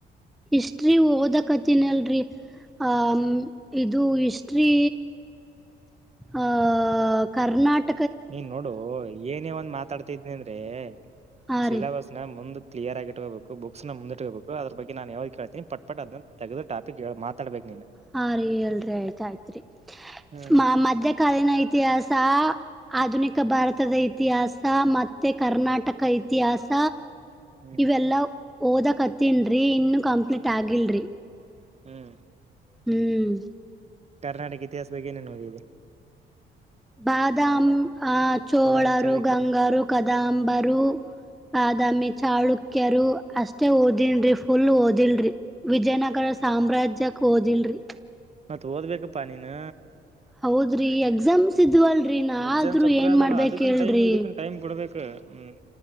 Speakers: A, in the centre; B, on the right.
A: ಹಿಸ್ಟ್ರಿ ಓದಕ್ ಕತ್ತಿನಲ್ರಿ ಆ ಇದು ಹಿಸ್ಟ್ರಿ ಆ ಕರ್ನಾಟ
B: ನೀನ್ ನೋಡು ಏನೇ ಒಂದ ಮಾತಾಡ್ತಿದ್ದೀನಿ ಅಂದ್ರೆ
A: ಹಾ
B: <inaudible> ಸಿಲಬಸ್ನ
A: ರೀ
B: ಮುಂದ ಕ್ಲಿಯರ್ ಆಗಿ ಇಟ್ಕೊಬೇಕು ಬುಕ್ಸ್ ನ ಮುಂದುಕ್ಕ ಉಪಯೋಗ ಆಗಬೇಕು ನಾ ಯಾವಾಗ ಕೇಳ್ತೀಿ ಪಟ್ಪಟ್ಟಟ್ ಅದ ತೆಗೆದು ಟಪಿಕ್ ಹೇಳ ಮಾತಡ್ಬೇಕು
A: ಹಾ ರಿ ಹೇಳ್ರಿ ಆಯ್ತು ಆಯ್ತ್ರಿ
B: ಹ್ಮ್
A: ಮ ಮಧ್ಯಕಾಲೀನ ಇತಿಹಾಸ ಆಧುನಿಕ ಭಾರತದ ಇತಿಹಾಸ ಮತ್ತೆ ಕರ್ನಾಟ ನಾಟಕ ಇತಿಹಾಸ
B: ಹ್ಮ್
A: ಇವೆಲ್ಲಾ ಓದಕ್ತ್ತೀನ್ರರಿ ಇನ್ನು ಕಂಪ್ಲೀಟ್ ಆಗಿಲ್ರರಿ
B: ಹ್ಮ್
A: ಹ್ಮ್
B: ಕರ್ನಾಟಕ ಇತಿಹಾಸ ಬಗ್ಗೆ ಏನೇ ನೋಡಿದೆ
A: ಬಾದಾಮ ಆ ಚೋಳರು
B: ಬದಾಮಿ ಚಳಕಿಯರು
A: ಗಂಗರು ಕದಾಂಬರು ಬಾದಾಮಿ ಚಾಳು ಚಾಲುಕ್ಯರು ಅಷ್ಟೇ ಓದಿನ್ರಿ ಫುಲ್ ಓದಿಲ್ರಿ ವಿಜಯನಗರ ಸಾಮ್ರಾಜ್ಯಕ್ ಓದಿಲ್ರಿ
B: ಮತ್ತು ಓದ್ಬೇಕಪ್ಪ ನೀನು
A: ಹೌದ್ರಿ ಎಕ್ಸಾಮ್ಸ್ ಇದ್ವಲ್ರರಿ ನ
B: ಎಕ್ಸಾಮ್ಸ್
A: ಆದ್ರೂ
B: ಹತ್ರ
A: ಏನ್
B: ಅದಲ್ಲ
A: ಮಾಡ್ಬೇಕ
B: ಅದಕ್ಕನ್
A: ಹೇಳ್ರಿ
B: ಟೈಮ್ ಇದಕ್ಕನ್ ಟೈಮ್ ಕೊಡ್ಬೇಕು ಹ್ಮ್